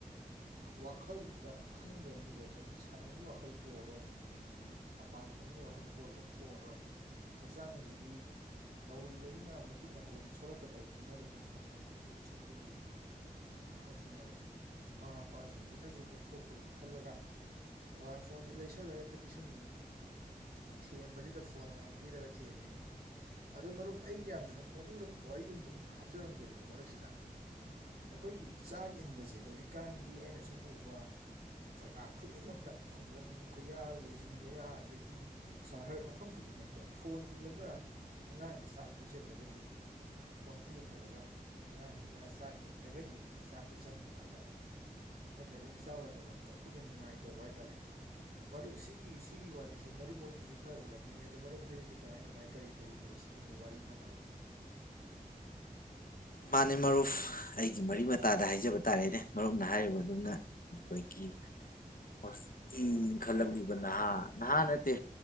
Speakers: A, on the right; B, on the left.
A: ꯋꯥꯈꯜꯗꯨꯗ ꯈꯟꯈ꯭ꯔꯅꯤꯕ ꯑꯗꯤ ꯁꯥꯟꯅꯅꯤꯡꯕꯒꯤ ꯋꯥꯈꯜ ꯄꯣꯛꯑꯔꯣꯏ ꯑꯗꯒꯤ ꯃꯄꯥꯟ ꯊꯣꯛꯅꯤꯡꯕꯒꯤ ꯋꯥꯈꯜ ꯄꯣꯛꯑꯔꯣꯏ ꯍꯛꯆꯥꯡꯁꯤꯗꯤ ꯅꯧꯔꯤꯕꯅꯤꯅ ꯃꯗꯨꯅ ꯍꯌꯦꯡ ꯁꯣꯂꯛꯀꯗꯕꯗꯨꯗꯤ ꯃꯣꯏꯗ ꯀꯔꯤꯝ ꯈꯪꯉꯣꯢ ꯃꯤꯠ ꯁꯣꯛꯄꯒꯤ ꯑꯩꯈꯣꯏꯒꯤ ꯃꯌꯥꯝ ꯑꯃ ꯊꯦꯡꯅꯔꯦ ꯃꯃꯥ ꯃꯄꯥꯁꯤꯡꯁꯤꯅꯁꯨ ꯀꯣꯝꯊꯣꯛꯄꯒꯤ ꯈꯜꯂꯒ ꯃꯣꯕꯥꯢ ꯐꯣꯟꯁꯤ ꯂꯩꯁꯜꯂꯒ ꯍꯦꯛꯇ ꯄꯤꯁꯟꯕꯤꯅꯤ ꯊꯦꯝꯕꯁꯤꯗ ꯐꯣꯟ ꯑꯃꯃꯝ ꯄꯤꯔꯒ ꯊꯦꯝꯃꯤꯕꯅꯤ ꯑꯗꯣ ꯃꯔꯨꯞ ꯑꯩꯒꯤ ꯌꯥꯝ ꯅꯣꯛꯅꯤꯡꯕ ꯋꯥꯔꯤ ꯑꯃꯇꯪ ꯍꯥꯞꯆꯔꯝꯒꯦꯕ ꯀꯣ ꯃꯔꯛꯁꯤꯗ ꯑꯩꯈꯣꯏꯒꯤ ꯆꯥꯛ ꯏꯟꯕꯁꯦ ꯍꯧꯖꯤꯛꯀꯥꯟꯒꯤ ꯑꯩꯅ ꯁꯨꯝ ꯎꯕ ꯖꯒꯥ ꯈꯨꯗꯤꯡꯃꯛꯇ ꯈꯨꯡꯒꯪ ꯈꯨꯌꯥ ꯂꯣꯏꯖꯤꯡ ꯂꯣꯏꯌꯥ ꯑꯗꯒꯤ ꯁꯍꯔ ꯃꯐꯝ ꯈꯨꯗꯤꯡꯃꯛꯇ ꯐꯣꯟ ꯏꯜꯂꯒ ꯑꯉꯥꯡꯒꯤ ꯆꯥꯛ ꯄꯤꯖꯗ꯭ꯔꯒꯗꯤ ꯐꯣꯟꯁꯤ ꯌꯦꯡꯍꯜꯂꯒ ꯑꯉꯥꯡꯁꯤꯗ ꯆꯥꯛ ꯏꯟꯗ꯭ꯔꯒꯗꯤ ꯆꯥꯛꯁꯦ ꯆꯪꯗꯕ ꯍꯥꯏ ꯇꯥꯔꯦ ꯅꯠꯇ꯭ꯔꯒꯗꯤ ꯆꯥꯎ ꯌꯥꯗꯕ ꯀꯞꯄꯒ ꯅꯤꯡꯉꯥꯏ ꯇꯧꯕ ꯍꯥꯏꯇꯥꯔꯦ ꯃꯔꯨꯞ ꯁꯤꯒꯤ ꯁꯤꯒꯤ ꯋꯥꯔꯤꯁꯦ ꯃꯔꯨꯞ ꯍꯣꯏꯗꯁꯨ ꯈꯔ ꯎꯔꯃꯅꯤ ꯑꯗꯨ ꯃꯔꯨꯞꯍꯣꯏꯗꯗꯤ ꯀꯃꯥꯏ ꯀꯃꯥꯏ ꯀꯔꯤ ꯀꯔꯤ ꯂꯩ ꯁꯤꯒꯨꯝꯕ ꯋꯥꯔꯤ ꯃꯥꯟꯅꯕ
B: ꯃꯥꯅꯦ ꯃꯔꯨꯞ ꯑꯩꯒꯤ ꯃꯔꯤ ꯃꯇꯥꯗ ꯍꯥꯏꯖꯕ ꯇꯥꯔꯦꯅꯦ ꯃꯔꯨꯞꯅ ꯍꯥꯏꯔꯤꯕ ꯑꯗꯨꯝꯅ ꯑꯩꯈꯣꯏꯒꯤ ꯍꯧꯖꯤꯛꯀꯤ ꯏꯪꯈꯜꯂꯛꯂꯤꯕ ꯅꯍꯥ ꯅꯍꯥ ꯅꯠꯇꯦ